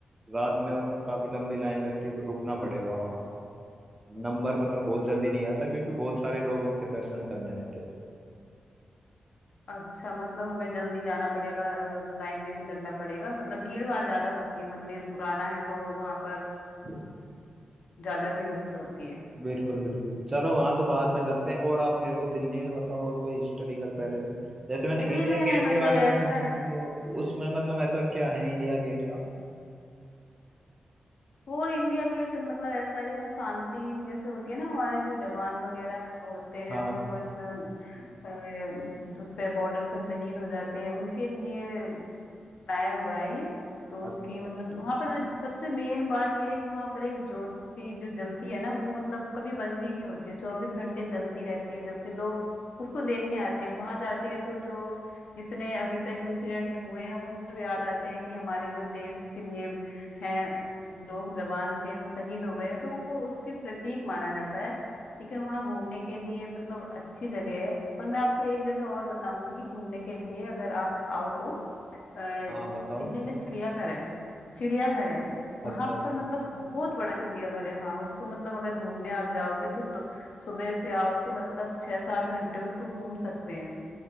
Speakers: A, on the right (about 20°); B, on the left (about 55°).
A: रात में मतलब काफ़ी लंबी लाइन लगती है तो रुकना पड़ेगा वहाँ नंबर मतलब बहुत जल्दी नहीं आता क्योंकि बहुत सारे लोग उनके दर्शन करने आते
B: अच्छा मतलब हमें जल्दी जाना पड़ेगा लाइन में भी लगना पड़ेगा मतलब भीड़ भाड़ ज्यादा होती है मंदिर पुराना है तो वहां पर अ,
A: हैं
B: ज्यादा भीड़ होती है
A: बिल्कुल बिल्कुल चलो वहां तो बाद में चलते हैं और आप मेरे को दिल्ली में बताओ और कोई हिस्टोरिकल पैलेस भी जैसे मैंने
B: दिल्ली
A: इंडिया
B: में
A: गेट
B: मतलब
A: के बारे
B: ऐसा
A: में सुना है
B: है
A: तो उसमें मतलब ऐसा क्या है इंडिया गेट का
B: वो इंडिया गेट मतलब ऐसा है जो हमें शांति जैसे होती है ना हमारे जो जवान वगैरह होते हैं
A: हाँ
B: उनको जो अ, उस पे बॉर्डर पे शहीद हो जाते हैं उनके लिए बनाया हुआ है ये तो उनकी
A: अच्छा
B: मतलब वहां पर सबसे मेन बात ये है कि वहां पर एक ज्योति जो जलती है ना वो मतलब कभी बंद ही नहीं होती है चौबीस घंटे जलती रहती है जलती लोग उसको देखने आते हैं वहां जाते हैं तो जो जितने अभी तक इंसिडेंट हुए हैं वो सब याद आते हैं कि हमारे जो देश के लिए हैं लोग जवान थे वो शहीद हो गए हैं तो वो उसके प्रतीक माना जाता है लेकिन वहाँ घूमने के लिए मतलब अच्छी जगह है और मैं आपको एक जगह और बताऊंगी घूमने के लिए अगर आप आओ तो अ,
A: हाँ बताओ
B: दिल्ली में चिड़ियाघर है चिड़ियाघर है वहां
A: अच्छा
B: पर मतलब बहुत बड़ा चिड़ियाघर है हाँ उसको मतलब अगर घूमने आप जाओगे तो दो, सुबह से आओ तो मतलब छह सात घंटे उसको घूम सकते हैं